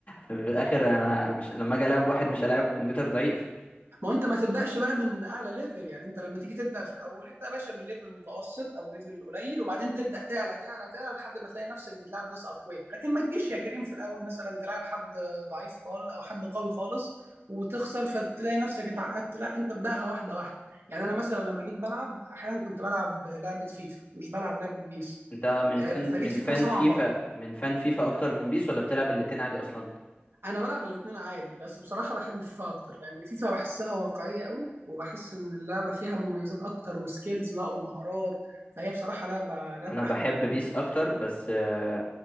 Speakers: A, on the left; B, on the right.
A: في الاخر انا مش لما اجي العب واحد مش هلاعب كمبيوتر ضعيف
B: ما هو انت ما تبداش بقى من اعلى ليفل يعني انت لما تيجي تبدا في الاول ابدا يا باشا من ليفل متوسط او ليفل قليل وبعدين تبدا تعلى تعلى تعلى لحد ما تلاقي نفسك بتلعب ناس اقوياء لكن ما تجيش يا كريم في الاول مثلا تلعب حد ضعيف خالص او حد قوي خالص وتخسر فتلاقي نفسك اتعقدت لا انت ابداها واحده واحده يعني انا مثلا لما جيت بلعب احيانا كنت بلعب لعبه فيفا مش بلعب لعبه بيس
A: انت من
B: آه،
A: فن
B: فلقيت
A: من
B: فيفا
A: فن
B: صعبه
A: فيفا من فن فيفا اكتر من بيس ولا بتلعب الاتنين عادي اصلا
B: انا بلعب الاثنين عادي بس بصراحه بحب فيفا اكتر لان فيفا بحسها واقعيه قوي وبحس ان اللعبه فيها مميزات اكتر وسكيلز بقى ومهارات فهي بصراحه لعبه لعبه
A: انا
B: احلى
A: بحب
B: بكتير
A: بيس اكتر بس آه،